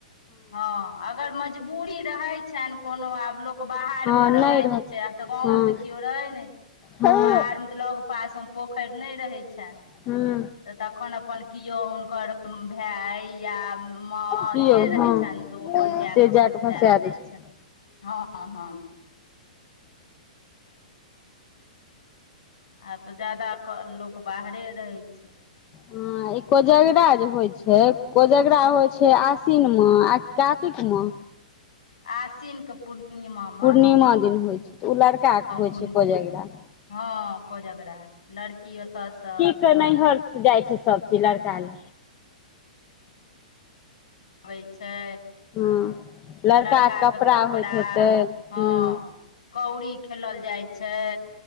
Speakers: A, on the left; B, on the left.
A: हँ अगर मजबूरी रहैछ छनि कोनो आब लोक बाहरमे
B: हँ
A: रहैत
B: नहि रह
A: छै आब तऽ गाँवमे
B: हँ
A: त किओ रहै नै छै।
B: हँ
A: बाहर मे त लग पासमे पोखरि नै रहै छैन।
B: हूँ।
A: त तखन अपन किओ हुनकर भाए या माँ
B: की
A: जे
B: यौ
A: रहै
B: हँ
A: छनि त ओ अपन जा
B: से
A: क भंसबा
B: कऽ भसा
A: दै
B: छै
A: छनि। हँ हँ हँ। आब त जादा लोक बाहरे रहै छै।
B: हं। ई कोजगरा जे होइ छै, कोजगरा होइ छै आश्विनमे आ कि कातिकमे।
A: आसिनके पूर्णि मा मे।
B: पूर्णिमा दिन होइ छै, ओ लड़काके होइ
A: पूर्णि
B: छै कोजगरा।
A: हँ कोजगरा, लड़की ओतऽ सँ
B: के नैहर सं जाइ छै सभ चीज लड़का ल
A: अबै छै,
B: हँ लड़काके
A: लड़का के कपड़ा,
B: होइत हेतै हूँ
A: हँ कौड़ी खेलल जाइ छै।